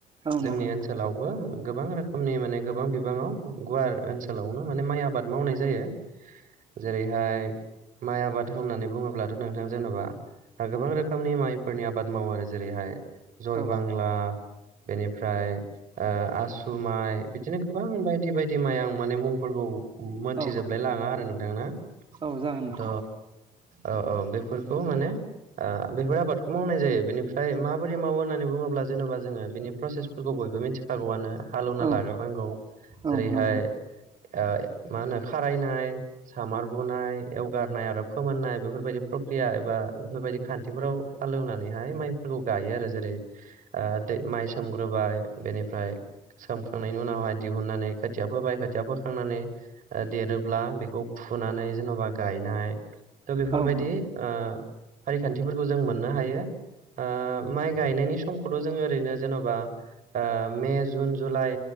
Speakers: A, on the right; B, on the right.
A: औ
B: जोंनि
A: नंगौ नोंथां
B: ओनसोलावबो गोबां रोखोमनि माने गोबां बिबाङाव गुवार ओनसोलावनो माने माइ आबाद मावनाय जायो जेरैहाय माइ आबाद होननानै बुङोब्लाथ' नोंथां जेन'बा गोबां रोखोमनि माइफोरनि आबाद मावो आरो जेरैहाय जय
A: औ
B: बांला बेनिफ्राय ओ आसु माइ बिदिनो गोबां बायदि बायदि माइ आं माने मुंफोरखौ मोनथिजोबलाय
A: औ
B: लाङा आरो नोंथां ना
A: औ जागोन नोंथां
B: त' औ औ बेफोरखौ माने ओ बेफोर आबादखौ मावनाय जायो बेनिफ्राय माबोरै मावो होननानै बुङोब्ला जेन'बा जोङो बिनि प्रसेसफोरखौ बयबो मिथिखागौआनो हालौना
A: औ
B: लाग्रोनांगौ
A: औ
B: जेरैहाय
A: नंगौ नोंथां
B: ओ मा होनो खारायनाय सामार बुनाय एवगारनाय आरो फोमोननाय बेफोरबायदि प्र एबा बेफोरबायदि खानथिफोराव हालेवनानैहाय माइफोरखौ गायो आरो जेरै ओ दै माइ सोमग्रोबाय बेनिफ्राय सोमखांनायनि उनावहाय दिहुननानै खोथिया फोबाय खोथिया फोखांनानै देरोब्ला बेखौ फुनानै जेन'बा गायनाय थ' बेफोरबायदि
A: औ औ
B: ओ फारिखान्थिफोरखौ जों मोननो हायो। ओ माइ गायनायनि समखौथ' जोङो ओरैनो जेन'बा ओ मे, जुन, जुलाइ